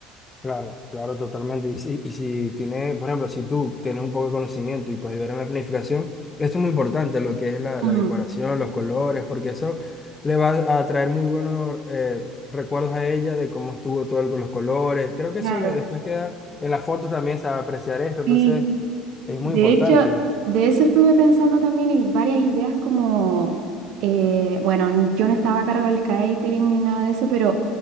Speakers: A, on the left (about 25°); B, on the right (about 65°).
A: Claro, claro, totalmente. Y si, y si tiene, por ejemplo, si tú tienes un poco de conocimiento y puedes ayudar en la planificación, esto es muy importante, lo que es la, la
B: Mm,
A: decoración, los colores, porque eso le va a traer muy buenos eh, recuerdos a ella de cómo estuvo todo el- los colores. Creo que
B: Claro,
A: eso de- después queda en las fotos también, se va a apreciar esto, entonces
B: sí.
A: es muy
B: De
A: importante.
B: hecho, de eso estuve pensando también y varias ideas como, eh, bueno, n- yo no estaba a cargo del catering ni nada de eso, pero